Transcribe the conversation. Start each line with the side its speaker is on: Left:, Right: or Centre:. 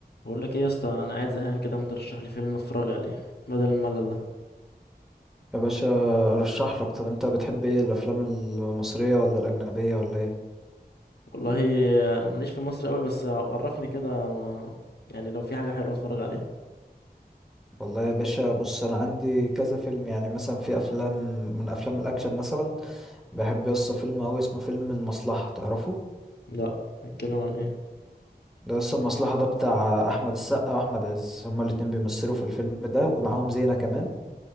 Left: بقول لك ايه يا اسطى انا قاعد زهقان كده ما ترشح لي فيلم اتفرج عليه بدل الملل ده
Centre: يا باشا ارشح لك طب انت بتحب ايه الافلام المصريه ولا الاجنبيه ولا ايه
Left: والله انا ماليش في المصري قوي بس عرفني كده و... يعني لو في حاجه حلوه اتفرج عليها
Centre: والله يا باشا بص انا عندي كذا فيلم يعني مثلا في افلام من افلام الاكشن مثلا بحب يسطا فيلم اوي اسمه فيلم المصلحه تعرفه
Left: لا بيتكلم عن ايه
Centre: ده يسطا المصلحه ده بتاع احمد السقا واحمد عز هما الاتنين بيمثلوا في الفيلم ده ومعاهم زينه كمان